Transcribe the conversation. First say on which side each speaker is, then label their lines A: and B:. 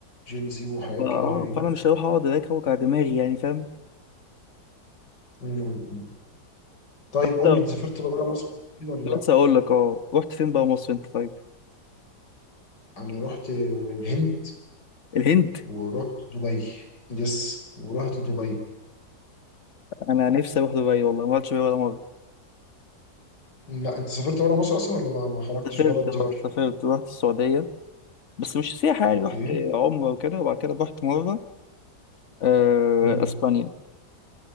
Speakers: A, on the left (about 70°); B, on the left (about 45°).
A: وجين زي وحاجات
B: اه
A: كده غريبة
B: فانا مش هروح اقعد هناك اوجع دماغي يعني فاهم
A: مم. طيب
B: لسه
A: قول لي انت سافرت بره مصر كده ولا
B: لسه
A: لا
B: اقول لك اه رحت فين بقى مصر انت طيب
A: انا رحت الهند
B: الهند
A: ورحت دبي يس ورحت دبي
B: انا نفسي اروح دبي والله ما رحتش دبي ولا مره
A: لا انت سافرت بره مصر اصلا ولا ما ما خرجتش
B: سافرت
A: بره الديار
B: اه سافرت رحت السعوديه بس مش سياحه
A: اوكي
B: يعني رحت عمره وكده وبعد كده رحت مره آه،
A: مم.
B: اسبانيا